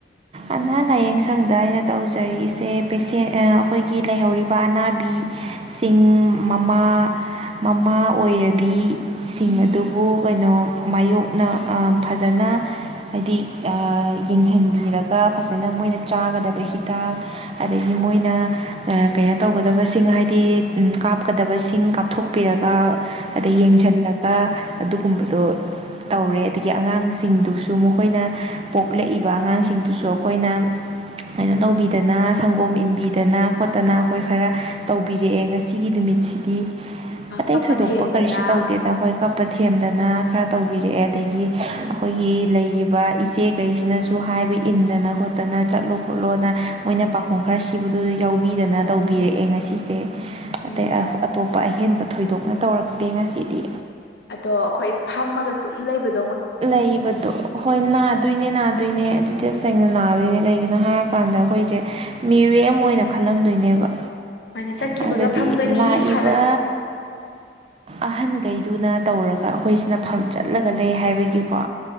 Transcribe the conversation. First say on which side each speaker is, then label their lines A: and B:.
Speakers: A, on the right (about 35°); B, on the left (about 75°).
A: ꯑꯅꯥ ꯂꯥꯏꯌꯦꯡ ꯁꯪꯗ ꯑꯩꯅ ꯇꯧꯖꯔꯤꯛꯏꯁꯦ ꯄꯦꯁꯦꯟ ꯑꯩꯈꯣꯏꯒꯤ ꯂꯩꯍꯧꯔꯤꯕ ꯑꯅꯥꯕꯤ ꯁꯤꯡ ꯃꯃꯥ ꯃꯃꯥ ꯑꯣꯏꯔꯕꯤꯁꯤꯡ ꯑꯗꯨꯕꯨ ꯀꯩꯅꯣ ꯃꯥꯌꯣꯛꯅ ꯐꯖꯅ ꯍꯥꯏ ꯌꯦ ꯐꯖꯅ ꯃꯣꯏꯅ ꯆꯥꯒꯗꯕ ꯍꯤꯗꯥꯛ ꯑꯗꯒꯤ ꯃꯣꯏꯅ ꯀꯩꯅꯣ ꯇꯧꯒꯗꯕ ꯁꯤꯡ ꯍꯥꯏꯗꯤ ꯀꯥꯞꯀꯗꯕꯁꯤꯡ ꯀꯥꯞꯊꯣꯛꯄꯤꯔꯒ ꯑꯗꯩ
B: ꯎꯝ
A: ꯌꯦꯡꯁꯤꯜꯂꯛ ꯀ ꯑꯗꯨꯒꯨꯝꯕꯗꯣ ꯇꯧꯔꯦ ꯑꯗꯒꯤ ꯑꯉꯥꯡꯁꯤꯡꯗꯨꯁꯨ ꯃꯈꯣꯏꯅ ꯄꯣꯛꯂꯛꯏꯕ ꯑꯉꯥꯡꯁꯤꯡ ꯁꯤꯡꯗꯨꯁꯨ ꯑꯩꯈꯣꯏꯅ ꯀꯥꯏꯅꯣ ꯇꯧꯕꯤꯗꯅ ꯁꯪꯒꯣꯝ ꯏꯟꯕꯤꯗꯅ ꯈꯣꯠꯇꯅ ꯑꯩꯈꯣꯏ ꯈꯔ ꯇꯧꯕꯤꯔꯛꯑꯦ ꯉꯁꯤꯒꯤ ꯅꯨꯃꯤ ꯃꯤꯠꯁꯤꯗꯤ ꯑꯇꯩ
B: ꯀꯞꯄ
A: ꯊꯣꯏꯗꯣꯛꯄ
B: ꯊꯦꯝꯗꯅ
A: ꯀꯔꯤꯁꯨ ꯇꯧꯗꯦꯗ ꯍꯣꯏ ꯄꯊꯦꯝꯗꯅ ꯈꯔ ꯇꯧꯕꯤꯔꯛꯑꯦ ꯑꯗꯒꯤ ꯑꯩꯈꯣꯏꯒꯤ ꯂꯩꯔꯤꯕ ꯏꯆꯦꯈꯩꯁꯤꯅꯁꯨ ꯍꯥꯏꯕ ꯏꯟꯗꯅ ꯈꯣꯠꯇꯅ ꯆꯠꯂꯣ ꯈꯣꯠꯂꯣꯅ ꯃꯣꯏꯅ ꯄꯥꯈꯨꯝ ꯈꯔ ꯁꯤꯕꯗꯨ ꯌꯥꯎꯕꯤꯗꯅ ꯇꯧꯕꯤꯔꯛꯑꯦ ꯉꯁꯤꯁꯦ ꯑꯇꯩ
B: ꯎꯝ
A: ꯑꯇꯣꯞꯄ ꯑꯍꯦꯟꯕ ꯊꯣꯏꯗꯣꯛꯅ ꯇꯧꯔꯛꯇꯦ ꯉꯁꯤꯗꯤ
B: ꯑꯗꯣ ꯑꯩꯈꯣꯏ ꯐꯝꯃꯒ ꯁꯨꯝ ꯂꯩꯕꯗ
A: ꯂꯩꯕꯗꯣ ꯍꯣꯏ ꯅꯥꯗꯣꯏꯅꯦ ꯅꯥꯗꯣꯏꯅꯦ ꯑꯗꯨꯗꯤ ꯑꯁ ꯁꯦꯡꯅ ꯅꯥꯗꯣꯏꯅꯦ ꯀꯩꯒꯤꯅꯣ ꯍꯥꯏꯔꯀꯥꯟꯗ ꯑꯩꯈꯣꯏꯁꯦ ꯃꯤꯔꯦ ꯑꯃ ꯑꯣꯏꯅ ꯈꯜꯂꯝꯗꯣꯏꯅꯦꯕ
B: ꯃꯥꯅꯦ ꯆꯠꯈꯤꯕꯒ
A: ꯍꯥꯏꯕꯗꯤ
B: ꯐꯝꯒꯅꯤ
A: ꯂꯥꯛꯏꯕ
B: ꯍꯜꯂꯛ
A: ꯑꯍꯟ ꯀꯩꯗꯨꯅ ꯇꯧꯔꯒ ꯑꯩꯈꯣꯏꯁꯤꯅ ꯐꯝ ꯆꯠꯂꯒ ꯂꯩ ꯍꯥꯏꯕꯒꯤꯀꯣ